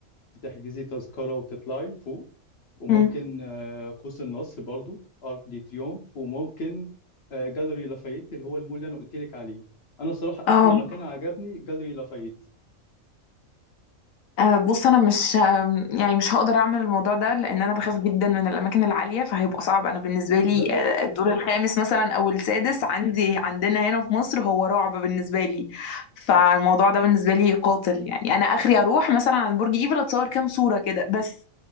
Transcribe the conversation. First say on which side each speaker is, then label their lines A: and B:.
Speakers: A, on the left; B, on the left.
A: تحجزي تذكرة وتطلعي لفوق وممكن
B: مم.
A: آه، قوس النصر برضو ارك دي تريومف وممكن آه، جاليري لافايت اللي هو المول اللي انا قلت لك عليه انا صراحة
B: اه
A: احلى مكان عجبني جاليري لافايت
B: آه، بص انا مش آم، يعني مش هقدر اعمل الموضوع ده لان انا بخاف جدا من الاماكن العاليه فهيبقى صعب انا بالنسبه لي
A: لا لا
B: آه، الدور الخامس مثلا او السادس عندي عندنا هنا في مصر هو رعب بالنسبه لي فالموضوع ده بالنسبه لي قاتل يعني انا اخري اروح مثلا على برج ايفل اتصور كام صوره كده بس